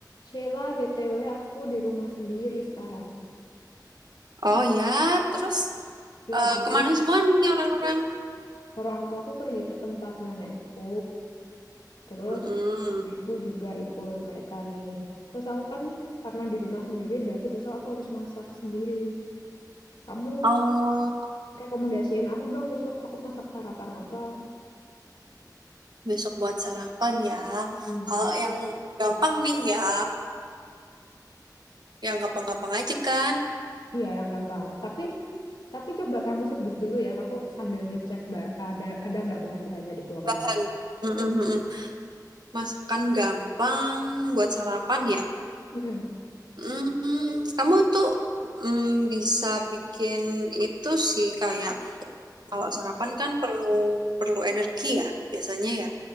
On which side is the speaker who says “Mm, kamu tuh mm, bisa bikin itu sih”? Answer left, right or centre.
Right